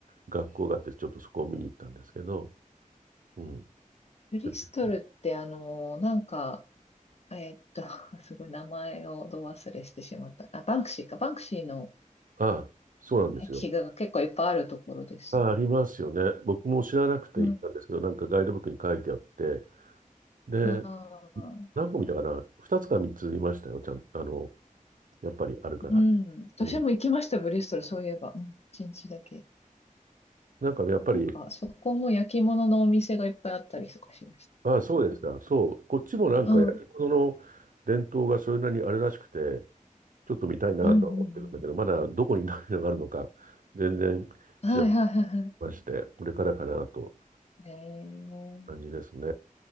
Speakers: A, on the right; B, on the left.
A: 学校があって、ちょっとそこを見に行ったんですけど、うん。
B: ブリストルって、
A: ブリストル
B: あのーなんか、えーっと、<laughs> すごい名前をど忘れしてしまった。あ、バンクシーか。バンクシーの
A: あそうなんですよ。
B: 壁画が結構いっぱいあるところですよ。
A: あ、ありますよね。僕も知らなくて行ったんですけど、
B: うん。
A: なんかガイドブックに書いてあって、で、
B: ああ、
A: 何個見たかな ?2 つか3つ見ましたよ、ちゃん、あの、やっぱりあるから。
B: うん。私も行きました、
A: うん。
B: ブリストル、そういえば。うん、一日だけ。
A: なんかやっぱり、
B: なんか、そこも焼き物のお店がいっぱいあったりとかしまし
A: ああ、そうですか。そう。こっちもなんか焼き物の伝統がそれなりにあるらしくて、
B: た。うん。
A: ちょっと見たいなとは思ってるんだけど、
B: うんうん
A: まだどこに何のがあるのか、全然知らなくて
B: うん。はいはいはいは
A: まして、これからかなと
B: い。ええ、
A: 感じですね。